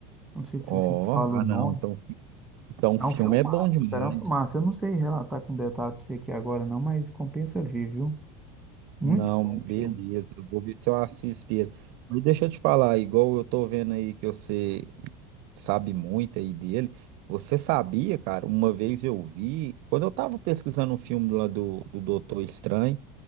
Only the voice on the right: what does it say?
ó,
ah
não, então, então o
filme
é bom demais.
Não,
beleza.
eu Vou ver se eu assisto ele. Mas deixa eu te falar, igual eu tô vendo aí que você sabe muito aí dele. Você sabia, cara? Uma vez eu vi, quando eu tava pesquisando um filme lá do, do Doutor Estranho,